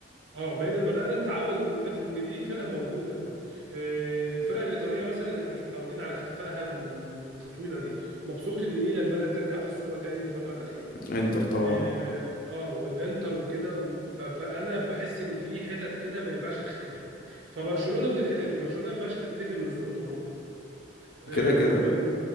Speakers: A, on the right (about 80°); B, on the left (about 50°).
A: اه بقينا- بدأنا نتعود ان ده ان دي فرقة موجودة آه، الفرق الإيطالية مثلا احنا مش متعودين على اختفائها بال- بالتطويلة دي مبسوط ان ميلان بدأت ترجع في الصورة تاني الفترة الأخيرة
B: انتر طبعا
A: اه آه، والإنتر وكده و- ف- فأنا بحس ان في حتت كده ما ينفعش تختفي فبرشلونة من الحتت دي برشلونة ما ينفعش تختفي من الظهور الأوروبي آه،
B: كده كده
A: و-